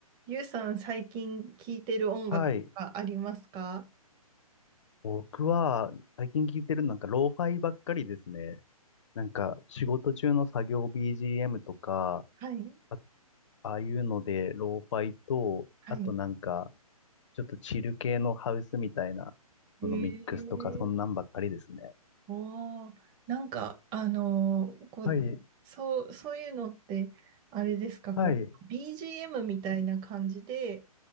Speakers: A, on the right (about 20°); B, on the left (about 50°).
A: ゆうさん、最近聴いてる音楽とかありますか
B: はい。僕は、最近聞いてるのなんか、ローファイばっかりですね。なんか、仕事中の作業 BGM とか、
A: はい。
B: あ、ああいうので、ローファイと、
A: はい。
B: あとなんか、ちょっとチル系のハウスみたいな、
A: へえ。
B: そのミックスとか、そんなんばっかりですね。
A: おー、なんか、あのーこう、
B: はい。
A: そう、そういうのって、あれですか、
B: はい。
A: こう、BGM みたいな感じで、